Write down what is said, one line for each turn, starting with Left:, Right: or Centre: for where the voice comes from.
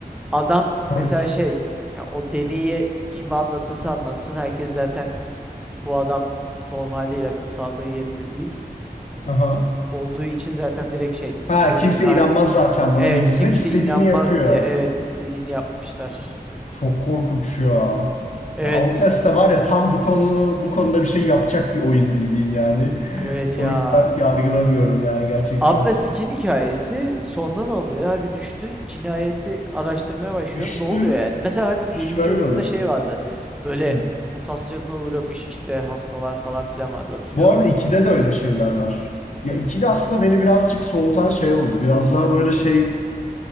Centre: adam
Left: Garip.
Centre: mesela şey ya o deneyi kime anlatırsa anlatsın herkes zaten bu adam normal değil akıl sağlığı yerinde değil.
Left: Aha.
Centre: Olduğu için zaten direkt şey
Left: Ha
Centre: öyle
Left: kimse
Centre: ka-
Left: inanmaz zaten buna
Centre: evet
Left: gibisine.
Centre: kimse
Left: İstediğini
Centre: inanmaz
Left: yapıyor.
Centre: diye evet istediğini yapmışlar.
Left: Çok korkunç ya.
Centre: Evet.
Left: Ya Outlast da var ya tam bu konunu bu konuda bir şey yapacak bir oyun bildiğin yani. <laughs>
Centre: Evet
Left: O
Centre: ya.
Left: yüzden yargılamıyorum yani gerçekten.
Centre: Atla Skin hikayesi sonda ne oluyor? Hadi düştü cinayeti araştırmaya başlıyor.
Left: Düştü
Centre: Ne oluyor yani? Mesela hadi
Left: şöyle
Centre: birinci oyunda
Left: oluyor.
Centre: şey vardı. Böyle
Left: Hı.
Centre: mutasyona uğramış işte hastalar falan filan vardı hatırlıyor
Left: Bu
Centre: musun?
Left: arada 2'de de öyle şeyler var. Ya 2'de aslında beni birazcık soğutan şey oldu. Biraz daha böyle şey